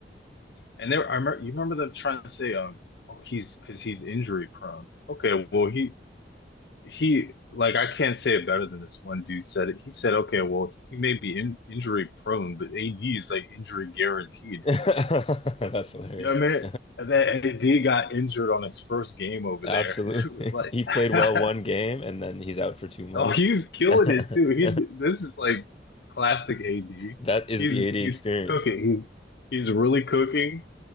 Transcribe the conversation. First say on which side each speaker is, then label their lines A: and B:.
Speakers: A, on the left (about 70°); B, on the left (about 30°).
A: and there, I remember, you remember them trying to say, um, oh, he's because he's injury prone. Okay, well, he he like I can't say it better than this one dude said it. He said, okay, well, he may be in, injury prone, but AD is like injury guaranteed.
B: <laughs> That's hilarious.
A: You know what I
B: <laughs>
A: mean? And then AD got injured on his first game over
B: Absolutely.
A: there. <laughs> It was like
B: <laughs> He played
A: <laughs>
B: well one game and then he's out for two months.
A: Oh, he's killing it
B: <laughs>
A: too. He this is like classic AD.
B: That is
A: He's
B: the 80
A: he's
B: experience.
A: cooking.
B: <laughs>
A: He's he's really cooking.